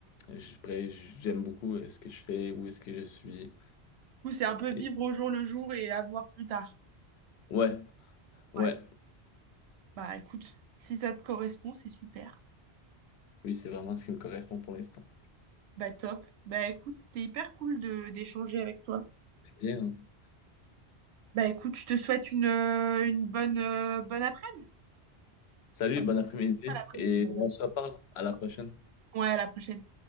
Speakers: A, on the left; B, on the right.
A: je- j'aime beaucoup euh, ce que je fais, où est-ce que je suis.
B: Du coup, c'est un peu
A: Et-
B: vivre au jour le jour et à voir plus tard.
A: Ouais. Ouais,
B: Ouais. Bah écoute, si ça te correspond, c'est super.
A: oui, c'est vraiment ce qui me correspond pour l'instant.
B: Bah top. Bah écoute, c'était hyper cool de d'échanger avec toi.
A: Bien.
B: Bah écoute, je te souhaite une, euh, une bonne, euh, bonne après-midi.
A: Salut,
B: Ah,
A: bon après-midi
B: pas l'après-midi
A: et
B: d'ailleurs.
A: on se reparle. À la prochaine.
B: Ouais, à la prochaine.